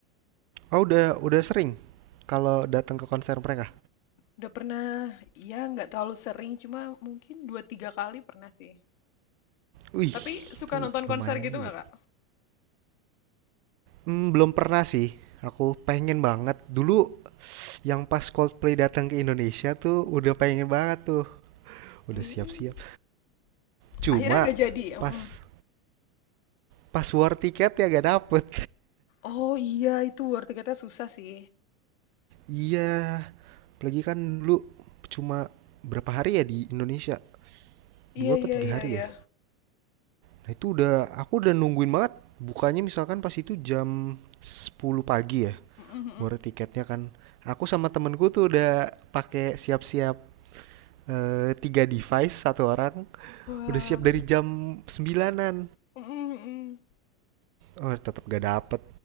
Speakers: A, on the right; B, on the left.
A: Oh udah udah sering kalau datang ke konser mereka.
B: Udah pernah, ya nggak terlalu sering, cuma mungkin dua tiga kali pernah sih.
A: Wih,
B: Tapi suka
A: itu
B: nonton
A: lumayan
B: konser gitu
A: juga.
B: nggak, Kak?
A: Hmm, belum pernah sih. Aku pengen banget. Dulu yang pas Coldplay datang ke Indonesia tuh udah pengen banget tuh. Udah
B: Mm,
A: siap-siap. Cuma
B: akhirnya nggak jadi. mm.
A: pas pas war tiket ya gak dapet.
B: Oh iya, itu war tiketnya susah sih.
A: Iya, apalagi kan dulu cuma berapa hari ya di Indonesia? Dua
B: Iya,
A: apa
B: iya,
A: tiga
B: iya,
A: hari
B: iya.
A: ya? Nah, itu udah aku udah nungguin banget bukanya misalkan pas itu jam sepuluh pagi ya
B: Mm, mm, mm.
A: war tiketnya kan. Aku sama temenku tuh udah pakai siap-siap eh, tiga device satu orang
B: Wah.
A: udah siap dari jam sembilanan
B: Mm, mm, mm.
A: Oh, tetap gak dapet.